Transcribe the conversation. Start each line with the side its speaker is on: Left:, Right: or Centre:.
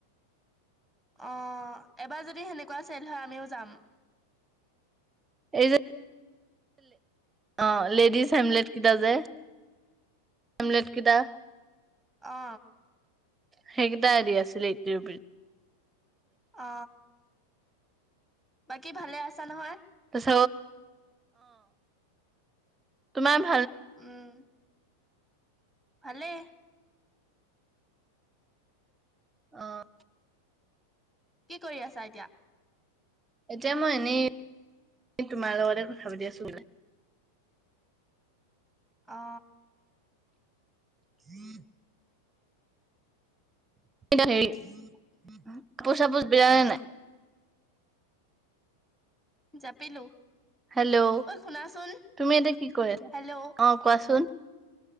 Centre: অহ এবাৰ যদি সেনেকুৱা চেল হয় আমিও যাম
Right: এই যে অ লেডিজ হেমলেট কেইটা যে হেমলেট কিটা,
Centre: অ
Right: সেইকিটা ই দি আছিলে এইটটী ৰূপিছত
Centre: অ বাকী ভালে আছা নহয়?
Right: অ, তোমাৰ ভা?
Centre: উম ভালে।
Right: অহ
Centre: কি কৰি আছা এতিয়া?
Right: এতিয়া মই এনেই তোমাৰ লগতে কথা পাতি আছো বোলে
Centre: অ হ
Right: <unintelligible> হেৰি কাপোৰ চাপোৰ বিলালে নাই?
Centre: জাপিলো
Right: হেল্ল'
Centre: ঐ শুনাচোন
Right: তুমি এতিয়া কি কৰিছা অ
Centre: হেল্ল'
Right: কোৱাচোন